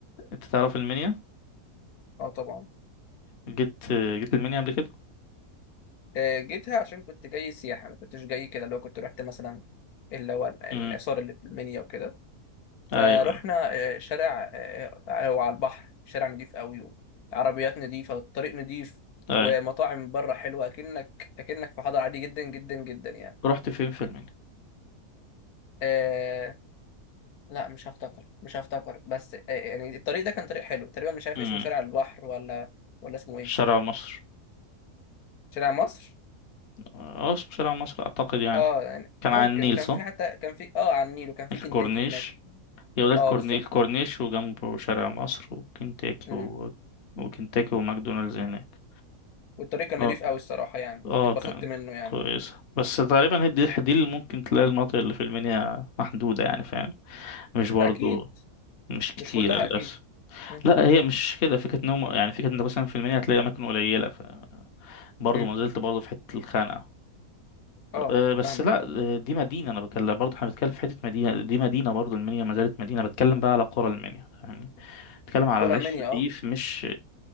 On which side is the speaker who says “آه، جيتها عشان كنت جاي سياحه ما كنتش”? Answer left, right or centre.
Left